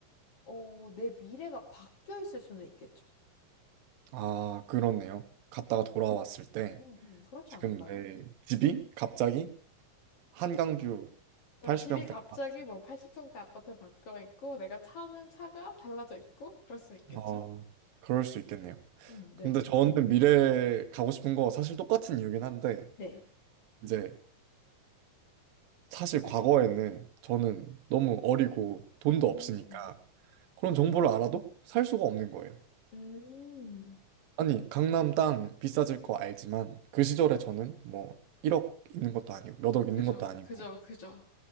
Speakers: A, on the left (about 45°); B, on the right (about 85°).
A: 어, 내 미래가 바뀌어 있을 수는 있겠죠.
B: 아, 그렇네요. 갔다가
A: 음.
B: 돌아왔을 때
A: 음, 음, 그렇지
B: 지금
A: 않을까요?
B: 내 집이 갑자기 한강뷰 80평대
A: 응, 집이 갑자기
B: 아파트.
A: 뭐 80평대 아파트로 바뀌어 있고, 내가 타는 차가 달라져 있고, 그럴 수는 있겠죠?
B: 어, 그럴 수 있겠네요.
A: 음,
B: 근데
A: 네.
B: 네. 저는 미래에 가고 싶은 거 사실 똑같은 이유긴 한데,
A: 네.
B: 이제 사실 과거에는 저는 너무 어리고 돈도
A: 음,
B: 없으니까 그런 정보를 알아도 살 수가 없는 거예요.
A: 음,
B: 아니, 강남 땅 비싸질 거 알지만 그 시절에 저는 뭐 1억 있는 것도 아니고 몇 억
A: 그죠,
B: 있는 것도 아니고
A: 그죠, 그죠.